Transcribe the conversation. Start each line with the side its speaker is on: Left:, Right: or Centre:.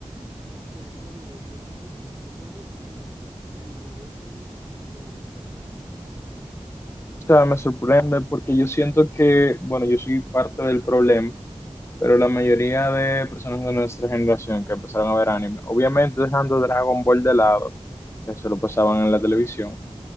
Right: yo tengo planeado hacerme pues unos tatuajes y, y varios de ellos están relacionados a Fullmetal Alchemist, fíjate.
Left: O sea, me sorprende porque yo siento que, bueno, yo soy parte del problema pero la mayoría de personas de nuestra generación que empezaron a ver anime, obviamente dejando Dragon Ball de lado, que se lo pasaban en la televisión,